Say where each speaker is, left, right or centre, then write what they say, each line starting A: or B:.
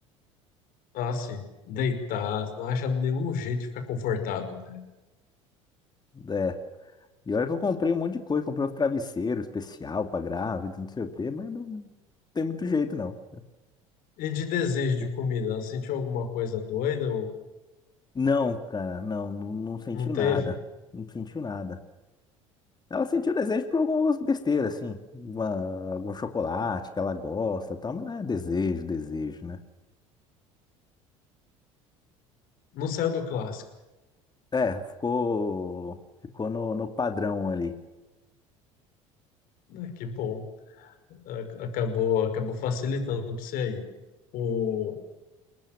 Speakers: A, on the left (about 60°); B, on the left (about 25°).
A: Ah, sim. Deitar, não acha nenhum jeito de ficar confortável, né?
B: É. E olha que eu comprei um monte de coisa, comprei uns travesseiros especial pra grávida, não sei o quê, mas não tem muito jeito, não.
A: E de desejo
B: É.
A: de comida, ela sentiu alguma coisa doida ou
B: Não, cara, não, não, não sentiu
A: não teve?
B: nada. Não sentiu nada. Ela sentiu desejo por algumas besteiras, assim. Uma, algum chocolate que ela gosta, e tal, mas não é desejo, desejo, né?
A: Não saiu do clássico.
B: É, ficou, ficou no, no padrão ali.
A: Ah, que bom. A- Acabou, acabou facilitando para você aí. O...